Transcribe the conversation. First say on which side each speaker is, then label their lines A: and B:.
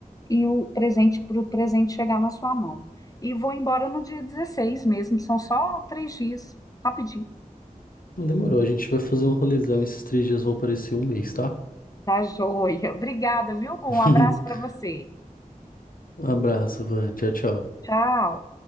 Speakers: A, on the left; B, on the left.
A: e o presente para o presente chegar na sua mão. E vou embora no dia 16, mesmo, são só três dias, rapidinho.
B: Não demorou, a gente vai fazer um rolezão. Esses três dias vão parecer um mês, tá?
A: Tá joia. Obrigada, viu, Gu?
B: <laughs>
A: Um abraço para você.
B: Abraço, Van. Tchau, tchau.
A: Tchau.